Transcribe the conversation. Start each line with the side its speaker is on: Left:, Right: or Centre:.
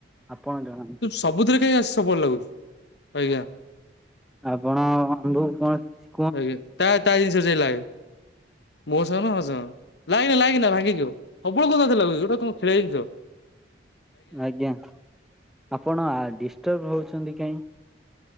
Centre: ଆପଣ ଜଣା
Left: ତୁ ସବୁଥିରେ କାଇଁ ଆସି ସବୁଆଡେ ଲାଗୁଛୁ ଆଜ୍ଞା।
Centre: ଆପଣ <unintelligible>
Left: ଆଜ୍ଞା ତା ତା ଜିନିଷ ରେ ଯାଇକି ଲାଗେ ମୋସହ <unintelligible> ଲାଗେନା ଲାଗେନା ଭାଙ୍ଗିଯିବ ସବୁ ବେଳେ କଣ ତା ଦେହରେ ଲାଗୁଚୁ ଏଇଟା କଣ ଖେଲିବା ଜିନିଷ?
Centre: ଆଜ୍ଞା ଆପଣ ଆ ଡିଷ୍ଟର୍ବ ହଉଚନ୍ତି କାଇଁ?